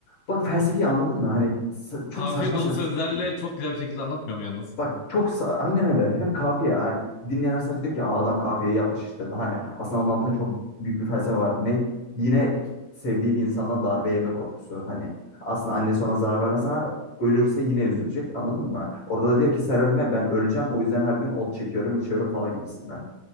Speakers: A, on the left; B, on the left.
A: bak felsefeyi anladın mı? Hani sa- çok
B: Kafiye
A: saçma sö-
B: dolu sözlerle çok güzel bir şekilde anlatmıyorum yalnız.
A: bak çok sa- aynen öyle. Hem kafiye yani dinleyenler sadece diyor ki Aa, adam kafiyeyi yapmış işte. Daha Hani aslında onun altında çok büyük bir felsefe var. Ne yine sevdiği bir insandan darbe yeme korkusu. Hani aslında annesi ona zarar vermez ama ölürse yine üzülecek. Anladın mı? Orada da diyor ki sen ölme ben öleceğim. O yüzden her gün ot çekiyorum, içiyorum falan gibisinden.